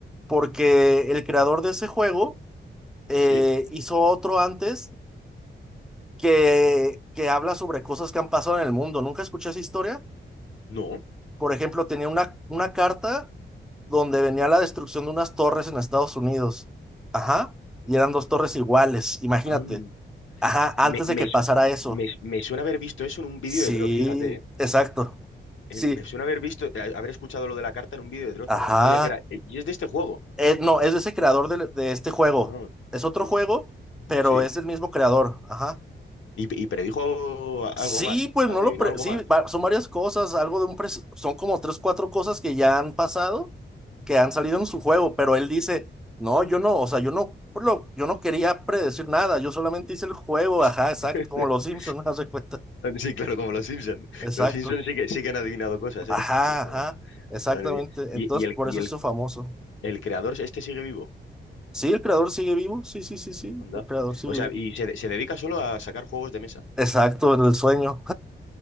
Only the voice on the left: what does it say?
Sí,
no.
an-
Me, me,
me, me suena haber visto eso en un vídeo
de Dross, fíjate, ¿eh?
En- Me suena haber visto, a- haber escuchado lo de la carta en un vídeo de Dross,
pero no sabía que era... eh, Y es de este juego.
Ah,
pues,
¿sí?
Y, y predijo
algo más,
adivinó
algo
más.
<laughs>
Sí, claro, como los Simpson.
Los Simpson sí que, sí que han adivinado cosas,
¿eh? <laughs>
Madre mía. Y,
y el,
y
el,
el creador este sigue vivo.
Anda.
O sea,
y se, se dedica solo a sacar juegos de mesa.